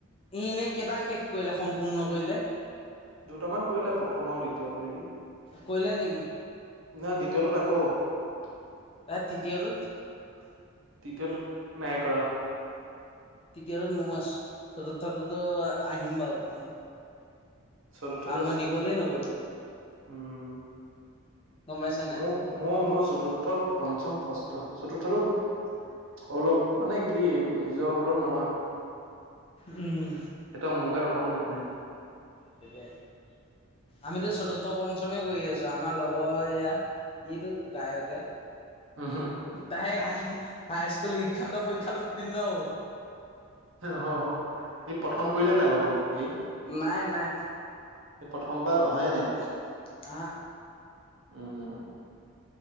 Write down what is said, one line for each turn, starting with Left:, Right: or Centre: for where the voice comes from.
Left: ই এনেই কেইটা শেষ কৰিলে সম্পূৰ্ণ কৰিলে।
Right: দুটামান কৰিলে প্ৰথম আৰু দ্বিতীয়টো নেকি।
Left: কৰিলে নেকি
Right: নাই দ্বিতীয়টোত আকৌ। তেতিয়াতো
Left: তাত তৃতীয়টোত
Right: নাই কৰা।
Left: <unintelligible> আহিম বাৰু
Right: চৰু
Left: কাৰণ
Right: থৰু আছ,
Left: মই দিবলে নগ'লো,
Right: উম।
Left: গম পাইছা নাই?
Right: মোক মো, মোৰ চতুৰ্থত, পঞ্চম, ষষ্ঠ। চতুৰ্থটোত, অলপ মানে কি নিজৰ ভুলত নহয়।
Left: উম।
Right: সেইটো মোৰ গাত অকণো দুখ নাই।
Left: তাকে, আমিতো চতুৰ্থ পঞ্চমে কৰি আছো আমাৰ লগৰ এয়া। এইটো গায়কে।
Right: উম
Left: তাই হাই হাইস্কুল শিক্ষান্ত পৰীক্ষাত উত্তীৰ্ণ হ'ব।
Right: সি প্ৰথম কইলে নাই বাও গম হেই।
Left: নাই নাই।
Right: সে প্ৰথমপা অহাই নাই।
Left: হা।
Right: উম।